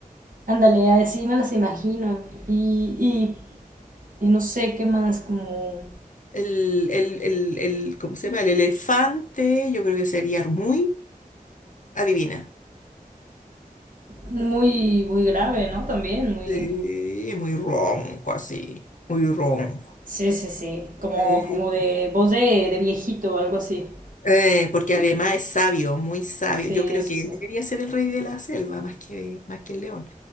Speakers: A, on the right (about 65°); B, on the left (about 60°).
A: Ándale, así me las imagino. Y, y, y no sé qué más, como
B: El, el, el, el, ¿cómo se llama? El elefante, yo creo que sería muy, adivina.
A: muy, muy grave, ¿no? También, muy...
B: Sí, muy ronco así, muy ronco.
A: Sí, sí, sí. Como,
B: Sí.
A: como de voz de, de viejito o algo así.
B: Eh, porque además es sabio, muy sabio.
A: Sí,
B: Yo creo
A: sí,
B: que él
A: sí.
B: debería ser el rey de la selva más que, más que el león.